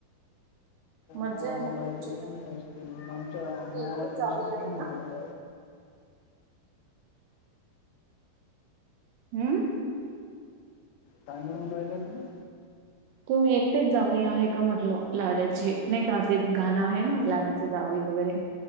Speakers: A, on the right (about 75°); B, on the left (about 80°).
A: मज्जा
B: मयावाली
A: आहे मग
B: बायक
A: तुमची
B: घेन
A: तर
B: येत असते आमच्या
A: ती
B: मायावाली
A: एकटीच जावई
B: मिसेस
A: आहे
B: घेऊन
A: का
B: येतेथे
A: हम्म.
B: तमडहिला तुमही?
A: तुम्ही एकटेच जाव आहे का म्हटलं लाडाची नाही का ते गाणं आहे ना लाडाची दावी वगैरे